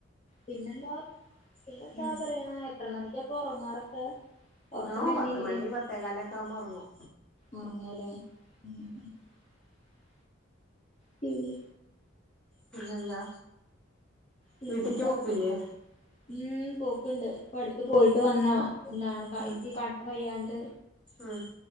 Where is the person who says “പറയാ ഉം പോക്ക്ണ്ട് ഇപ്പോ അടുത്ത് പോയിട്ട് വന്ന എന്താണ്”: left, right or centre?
Left